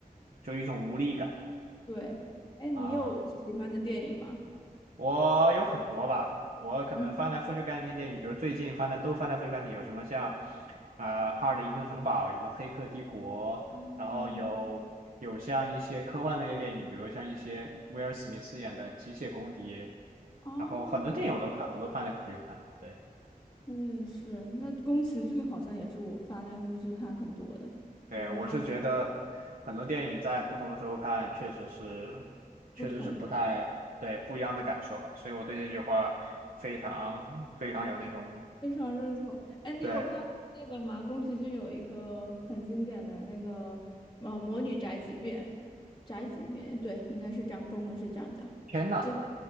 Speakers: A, on the right (about 65°); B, on the left (about 35°).
A: 就一种无力感
B: 对，哎，你有喜欢的电影吗？
A: 啊。我有很多吧，我可能翻来覆去看那些电影，
B: 嗯，
A: 比如最近翻来都翻来覆去看的有什么像，呃，《哈尔的移动城堡》，什么《黑客帝国》，
B: 哦
A: 然后有有像一些科幻类的电影，比如像一些威尔史密斯演的《机械公敌》，
B: 啊，
A: 然后很多电影我都看，我都翻来覆去看，对。
B: 我也是。那宫崎骏好像也是我翻来覆去看很多的，
A: 对，
B: 就是哈。
A: 我是觉得很多电影在不同的时候看，确实是，确实是不太，
B: 不同的。
A: 对，不一样的感受吧。所以我对这句话非常非常有那种，
B: 非常认同。哎，你有看那个吗？
A: 对，
B: 宫崎骏有一个很经典的那个呃《魔女宅急便》，宅急便，对，应该是这样，中文是这样讲。
A: 天呐，
B: 就。